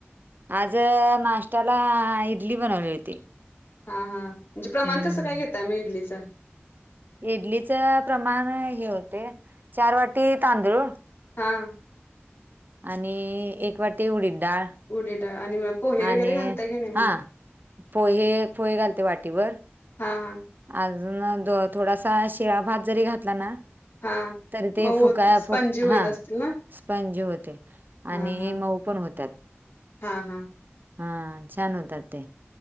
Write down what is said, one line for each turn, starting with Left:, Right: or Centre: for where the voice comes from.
Right: आज नाष्ट्याला इडली बनवली होती.
Left: हा हा म्हणजे प्रमाण
Right: हम्म
Left: कसं
Right: हम्
Left: काय घेताय? मग इडलीचा
Right: इडलीच प्रमाण हे होते. चार वाटी तांदूळ
Left: हा
Right: आणि एक वाटी उडीद डाळ.
Left: उडीद दाळ आणि मग पोहे
Right: आणि
Left: वगैरे घालताय की नाही
Right: हा
Left: मग
Right: पोहे, पोहे घालते वाटी भर.
Left: हा हा
Right: अजून थोडासा शिळा भात जरी घातला ना
Left: हा
Right: तर ते
Left: मग होत
Right: फुकाया
Left: स्पंजी
Right: फुक
Left: होत
Right: हा
Left: असतील ना
Right: स्पंजी होते. आणि
Left: हा हा
Right: हे मऊ पण होतात.
Left: हा हा
Right: हा छान होतात ते.